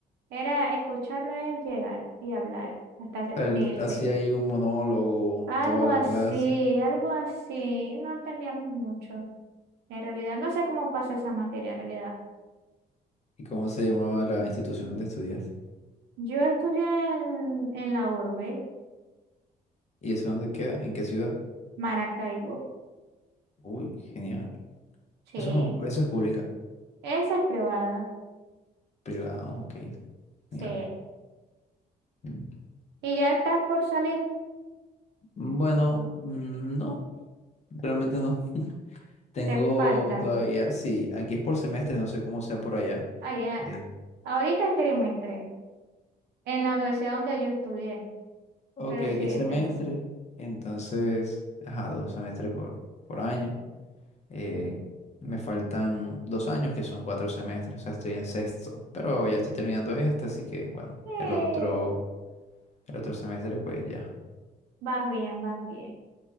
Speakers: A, on the right (about 80°); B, on the left (about 40°).
A: Era escucharlo a él llegar y hablar hasta se-
B: o sea,
A: de
B: él
A: irse.
B: hacía ahí un monólogo
A: Algo
B: toda la
A: así,
B: clase.
A: algo así. No entendíamos mucho. En realidad, no sé cómo pasa esa materia en realidad.
B: ¿Y cómo se llamaba la institución donde estudias?
A: Yo estudié en, en la urbe,
B: ¿Y eso dónde queda? ¿En qué ciudad?
A: Maracaibo.
B: Uy, genial.
A: Sí.
B: Eso, es- eso es pública.
A: Esa es privada.
B: Privada, ok.
A: Sí.
B: Genial. Mm.
A: Y ya estás por salir.
B: Bueno, mm, no. Realmente no. Tengo
A: Te falta.
B: todavía, sí, aquí es por semestre, no sé cómo sea por allá.
A: Allá.
B: Eh,
A: Ahorita es trimestre. en la universidad donde yo estudié,
B: ok,
A: pero sí,
B: aquí es
A: ese
B: semestre,
A: bueno.
B: entonces, ajá, dos semestres por, por año. Eh, me faltan dos años, que son cuatro semestres, o sea, estoy en sexto, pero ya estoy terminando este, así que, bueno,
A: Eh,
B: el otro, el otro semestre, pues ya.
A: vas bien, vas bien.